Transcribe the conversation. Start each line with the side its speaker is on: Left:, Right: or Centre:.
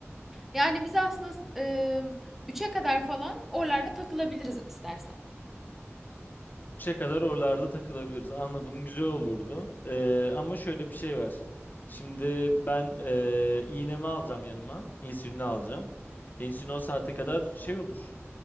Centre: Yani biz aslında e, 3'e kadar falan oralarda takılabiliriz istersen.
Left: 3'e kadar oralarda takılabiliriz. Anladım, güzel olurdu. Ee, ama şöyle bir şey var. Şimdi ben ee, iğnemi alacağım yanıma. İnsülini alacağım. İnsülin o saate kadar şey olur.